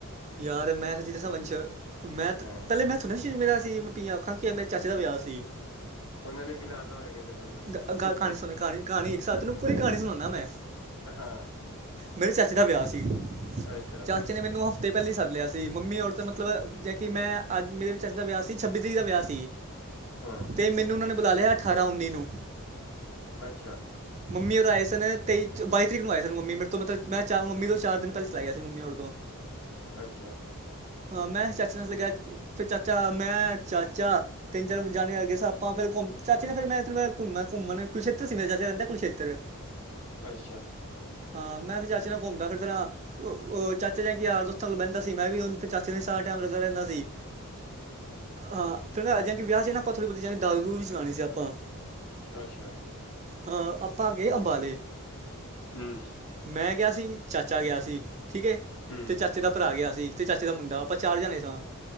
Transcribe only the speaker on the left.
ਹਾਂ
ਉਹਨਾਂ ਨੇ ਪਿਲਾ ਤਾ ਹੋਏਗਾ ਜਬਰਦਸਤੀ।
ਹਾ।
ਅੱਛਾ
ਹਾਂ
ਅੱਛਾ।
ਅੱਛਾ।
ਅੱਛਾ।
ਅੱਛਾ।
ਹਮ।
ਹੂੰ